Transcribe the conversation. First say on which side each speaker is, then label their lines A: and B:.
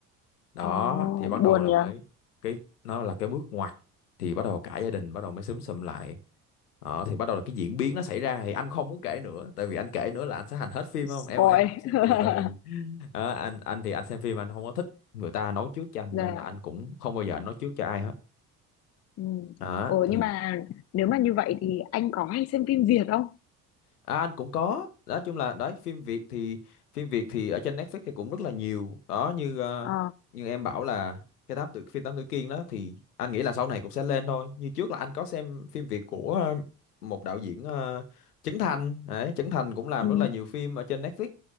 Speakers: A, on the left; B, on the left.
A: đó
B: Ồ,
A: thì bắt
B: buồn
A: đầu là
B: nhỉ?
A: mới cái nó là cái bước ngoặt thì bắt đầu cả gia đình bắt đầu mới xúm xụm lại đó thì bắt đầu là cái diễn biến nó xảy ra thì anh không muốn kể nữa tại vì anh kể nữa là anh sẽ hành hết phim
B: Spoil.
A: không em em không xem
B: <laughs>
A: được ừ Đó, anh anh thì anh xem phim anh không có thích người ta nói trước cho anh
B: Dạ.
A: nên là anh cũng không bao giờ anh nói trước cho ai hết
B: Ừ.
A: đó
B: Ồ
A: thì
B: nhưng mà nếu mà như vậy thì anh có hay xem phim Việt không?
A: À, anh cũng có nói chung là đấy phim Việt thì phim Việt thì ở trên Netflix thì cũng rất là nhiều đó như ờ,
B: Ờ.
A: như em bảo là cái tám tử phim Tám Tử Kiên đó thì anh nghĩ là sau này cũng sẽ lên thôi như trước là anh có xem phim Việt của ờ, một đạo diễn ờ, Trấn Thành đấy Trấn Thành cũng làm
B: Ừ.
A: rất là nhiều phim ở trên Netflix